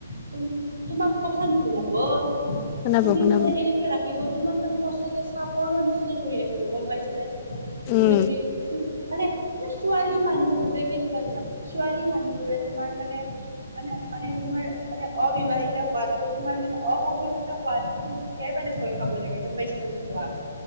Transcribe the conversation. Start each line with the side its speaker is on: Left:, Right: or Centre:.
Right: তোম তোমাক কথা নুশুনাব
Left: শুনাব
Right: তুমি
Left: শুনাব,
Right: মানে এনেকে ৰাখিব তোমাক মানে সঁচাকে চাকৰ নিচিনা কৰি ৰাখিব গম পাইছ নে
Left: উম,
Right: তুমি যদি তুম মানে ছোৱালী মানুহবোৰে কেনেকুৱা চোৱা ছোৱালী মানুহবোৰে তোমাৰ মানে মানে মানে তোমাৰ মানে অবিবাহিত হোৱাতকৈ তোমাৰ মানে অসফলতা হোৱাতোতহে মানে ভয় খাব লাগে গম পাইছা নে নোপোৱা